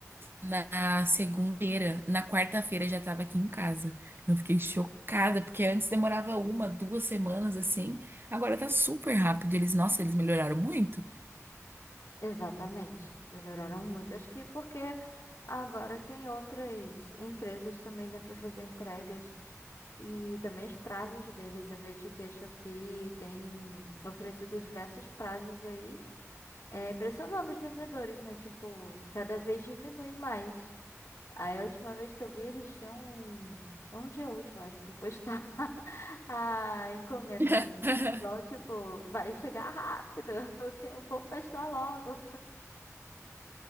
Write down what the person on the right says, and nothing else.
na segunda-feira, na quarta-feira já tava aqui em casa. Eu fiquei chocada, porque antes demorava uma, duas semanas, assim. Agora tá super rápido. Eles, nossa, eles melhoraram muito.
<laughs>